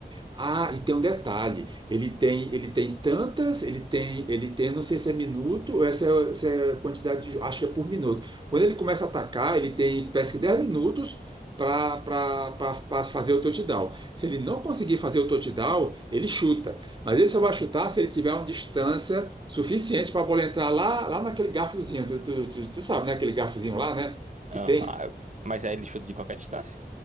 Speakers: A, on the right (about 30°); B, on the right (about 45°).
A: Ah, e tem um detalhe, ele tem, ele tem tantas, ele tem, ele tem, não sei se é minuto ou essa é, se é quantidade de, jo- acho que é por minuto. Quando ele começa a atacar, ele tem, parece que 10 minutos para fazer o touchdown. Se ele não conseguir fazer o touchdown, ele chuta. Mas ele só vai chutar se ele tiver uma distância suficiente para a bola entrar lá, lá naquele garfozinho. Tu, tu, tu- tu sabe, né? Aquele garfozinho lá, né? Que
B: Aham.
A: tem.
B: Aí- Mas aí ele chuta de qualquer distância?